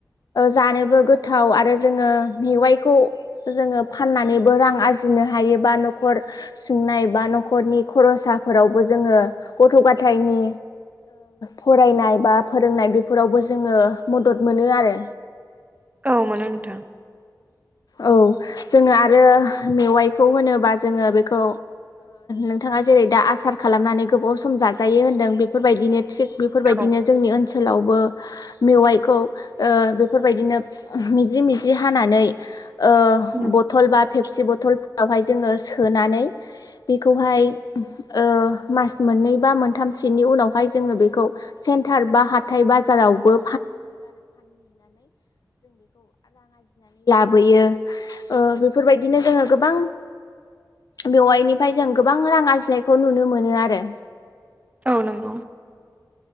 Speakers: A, on the left (about 65°); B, on the right (about 20°).
A: जानोबो गोथाव आरो जोङो मेवाइखौ जोङो फाननानैबो रां आरजि फजनो हायो बा न'खर सुंनाय बा न'खरनि खर'साफोरावबो जोङो गथ' गथायनि फरायनाय बा फोरोंनाय बेफोरावबो जोङो मदद मोनो आरो
B: औ मोनो नोंथां
A: औ जोङो आरो मेवाइखौ होनोबा जोङो बेखौ नोंथाङा जेरै दा आसार खालामनानै गोबाव सम जाजायो होनदों बेफोरबायदिनो थिग बेफोरबायदिनो
B: औ
A: जोंनि ओनसोलावबो मेवाइखौ बेफोरबायदिनो मिजि मिजि हानानै <unintelligible> ओ
B: उम
A: बथल बा फेबसि बथल हाय जोङ सोनानै बेखौहाय ओ मास मोननै बा मोनथामनि उनावहाय ज सेन्टार बा हाथथाय बाजाराव जज खुबैयो ओ बेफोरबायदिनो जोङो गोबां बेवायनिफ्राय जों गोबां रां आरजिनायखौ नुनो मोनो आरो
B: औ नंगौ